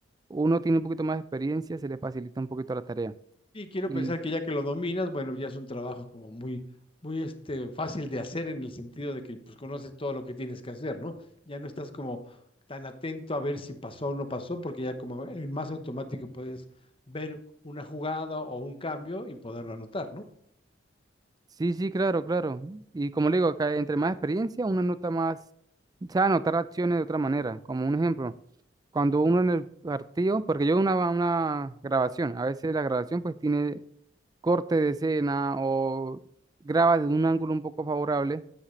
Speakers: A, on the right; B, on the left.
A: uno tiene un poquito más de experiencia se le facilita un poquito la tarea.
B: Y quiero
A: Y
B: pensar que ya que lo dominas, bueno, ya es un trabajo como muy, muy este, fácil de hacer en el sentido de que pues conoces todo lo que tienes que hacer, ¿no? Ya no estás como tan atento a ver si pasó o no pasó, porque ya como en más automático puedes ver una jugada o un cambio y poderlo anotar, ¿no?
A: sí, sí, claro, claro. Y como le digo, acá entre más experiencia uno nota más, sabe anotar acciones de otra manera. Como un ejemplo. cuando uno en el partido, porque yo una, una grabación, a veces la grabación pues tiene corte de escena o graba desde un ángulo un poco favorable,